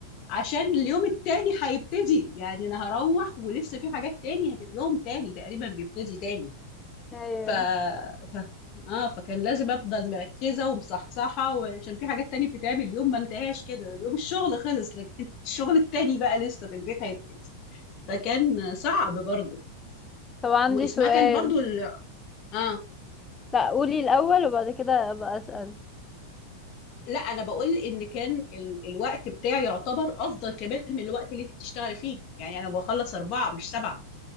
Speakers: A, on the left; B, on the left.
A: عشان اليوم التاني هيبتدي يعني انا هروح ولسه في حاجات تاني هت- يوم تاني تقريبا بيبتدي تاني
B: ايوه
A: ف... ف... اه فكان لازم افضل مركزه ومصحصحه وعشان في حاجات تانية بتتعمل اليوم ما انتهاش كده اليوم الشغل خلص لكن <laughs> الشغل التاني بقى لسه في البيت هيبتدي فكان صعب برضو
B: طب عندي
A: واسمها
B: سؤال
A: كان برضو ال... اه
B: لا قولي الأول وبعد كده ابقى أسأل
A: لا انا بقول ان كان ال... الوقت بتاعي يعتبر افضل كمان من الوقت اللي انت بتشتغلي فيه يعني انا بخلص اربعة مش سبعة